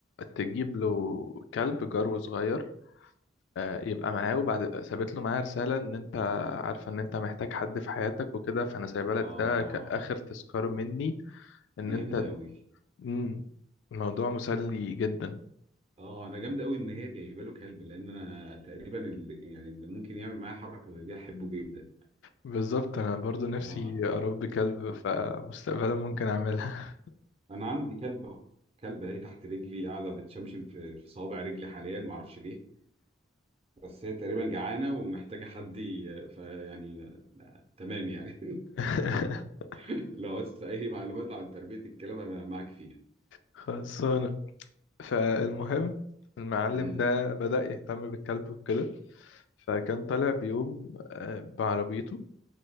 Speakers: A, on the left (about 70°); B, on the right (about 30°).
A: تجيب له كلب جرو صغير آه، يبقى معاه وبعد سابت له معاه رسالة إن أنت عارفة إن أنت محتاج حد في حياتك وكده فأنا سايبة لك
B: اه
A: ده كآخر تذكار مني إن
B: دي
A: أنت
B: جامده قوي
A: مم، الموضوع مسلي جدا
B: اه انا جامد قوي ان هي جايبه له كلب لان انا تقريبا اللي يعني اللي ممكن يعمل معايا حركه زي دي احبه جدا
A: بالظبط أنا برضو نفسي
B: اه
A: أربي كلب فمستقبلا ممكن أعملها
B: انا عندي كلب اهو كلبه اهي تحت رجلي قاعده بتشمشم في في صوابع رجلي حاليا ما اعرفش ليه بس هي تقريبا جعانه ومحتاجه حد ي- فيعني آه، تمام يعني
A: <laughs>
B: <laughs> لو عايز اي معلومات عن تربيه الكلاب انا معاك فيها
A: خلاص فالمهم المعلم
B: امم
A: ده بدأ يهتم بالكلب وكده فكان طالع بيوم آه، بعربيته